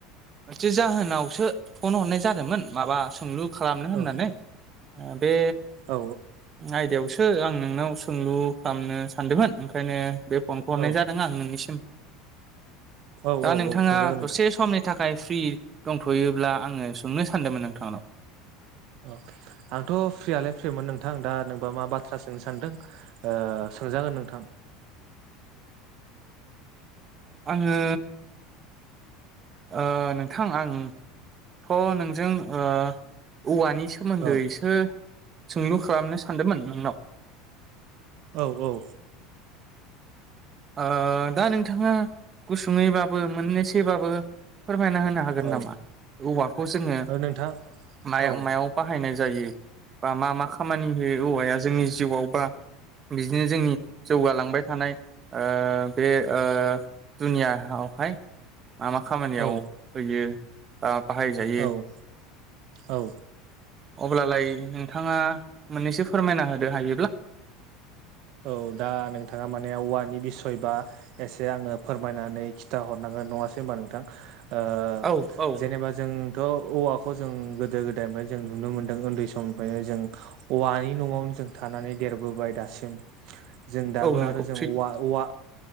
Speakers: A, on the right; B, on the right.
A: बि जाहोनावसो फन हरनाय जादोंमोन माबा सोंलु खालामनो होननानै
B: औ
A: ओ बे
B: औ
A: आयदायावसो। ओ आं नोंनाव सोंलु खालामनो सानदोंमोन ओंखायनो बे फनखौ हरनाय
B: औ
A: जादों आं नोंनिसिम।
B: औ
A: दा
B: औ
A: नोंथाङा
B: औ सोंजागोन नोंथां
A: दसे समनि थाखाय फ्रि। दंथ'योब्ला आङो सोंनो सानदोंमोन नोंथांनाव।
B: अ आंथ' फ्रियालाय फ्रिमोन नोंथां दा नोंबा मा बाथ्रा सोंनो सानदों ओ। सोंजागोन नोंथां।
A: आङो। ओ नोंथां आंथ' नोंजों ओ औवानि। सोमोन्दै
B: औ
A: सो सोंलु खालामनो सानदोंमोन नोंनाव।
B: औ औ
A: ओ दा नोंथाङा गुसुङैबाबो मोननैसोबाबो फोरमायना होनो हागोन
B: औ
A: नामा औवाखौ जोङो
B: औ नोंथां
A: माया-मायाव
B: औ
A: बाहायनाय जायो बा मा मा खामानि होयो औवाया जोंनि जिउआव बा बिदिनो जोंनि जौगालांबाय थानाय ओ बे ओ दुनिया आवहाय मा मा खामानियाव
B: औ
A: होयो बा बाहायजायो
B: औ औ
A: अब्लालाय नोंथाङा मोननैसो फोरमायना होदो हायोब्ला
B: औ दा नोंथाङा माने औवानि बिसय बा एसे आङो फोरमायनानै खिथाहरनांगोन नङासै होनबा नोंथां ओ
A: औ औ
B: जेनेबा जोंथ' औवाखौ जों गोदो गोदायनिफ्राय जों नुनो मोन्दों उन्दै समनिफ्रायनो जों औवानि न'आवनो जों थानानै देरबोबाय दासिम जों दाबो
A: औ नंगौ
B: आरो जों
A: सैथो
B: अवा अवा